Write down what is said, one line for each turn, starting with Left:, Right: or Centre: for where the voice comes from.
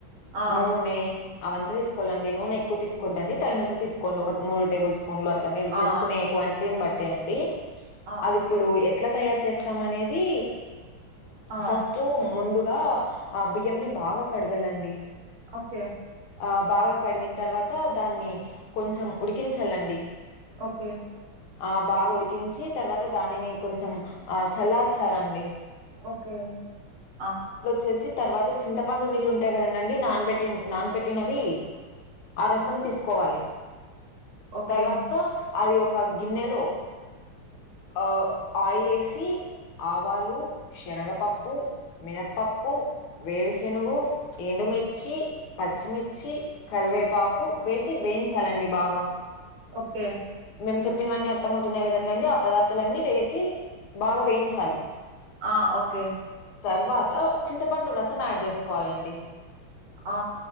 Right: ఆ
Left: నూనె అవంత తీసుకోళ్ళండి నూనె ఎక్కువ తీసుకోవద్దండి తగినంత తీసుకోండి ఒక మూడు టేబుల్ స్పూన్ స్పూన్లు అట్లా మీరు చేసుకునే
Right: ఆ
Left: క్వాంటిటీ ని బట్టి అండీ
Right: ఆ
Left: అది
Right: ఓకే
Left: ఇప్పుడు ఎట్లా తయారీ చేస్తామనేది
Right: ఆ
Left: ఫస్ట్ ముందు గా ఆ బియ్యంని బాగా కడగాలండి
Right: ఓకే
Left: ఆ బాగా కడిగిన తర్వాత దాన్ని కొంచెం ఉడికించాలండి
Right: ఓకే
Left: ఆ బాగా ఉడికించి తర్వాత దానిని కొంచెం ఆ చల్లార్చాలండి
Right: ఓకే ఆ
Left: చేసి తర్వాత చింతపండు నీళ్లు ఉంటాయి కదండి నాన్ పెట్టి నాన్ పెట్టినవి ఆ రసం తీసుకోవాలి
Right: ఓకే
Left: తర్వాత అది ఒక గిన్నెలో ఆ ఆయిల్ వేసి వేసి ఆవాలు శనగపప్పు మినపప్పు వేరుశెనుగు ఎండుమిర్చి పచ్చిమిర్చి కరివే పాకు వేసి వేయించాలండి బాగా
Right: ఓకే
Left: మేము చెప్పినవన్నీ అర్థంమవుతున్నాయి కదండి ఆ పదార్థాలన్నీ వేసి బాగా వేయించాలి
Right: ఆ ఓకే
Left: తర్వాత చింతపండు రసం యాడ్ చేసుకోవాలండి
Right: ఆ